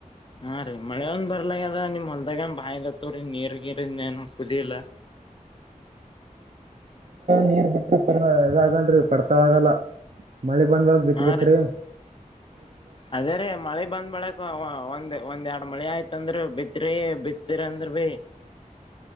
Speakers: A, on the left (about 40°); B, on the right (about 60°).
A: ಹಾ ರೀ ಮಳೆ ಒಂದ್ ಬರ್ಲ ಅದ ನಿಮ್ ಹೊಲ್ದಾಗ ಬಾವಿಅದತ್ತೋರಿ ನೀರ್ಗಿರಿ ಏನ್ ಕುದಿಲ್ಲ
B: ನೀರ್ ಬಿಟ್ರರು ಪ ಇದಾಗಲ್ರರಿ ಪಡ್ತಾಳಗಲ್ಲ ಮಳಿ ಬಂದ್ಬಳಕ್ ಬಿತ್ತಬೇಕ್ರೀ
A: ಹಾ ರೀ ಅದೇ ರೀ ಮಳೆ ಬಂದ್ಬಳಕ್ ಒಂದ್ ಒಂದ್ ಎರಡ್ ಮಳಿ ಆಯ್ತಂದ್ರ ಬಿತ್ರಿ ಬಿತ್ ಬಿತ್ತಿದ್ಅಂದ್ರು ಬಿ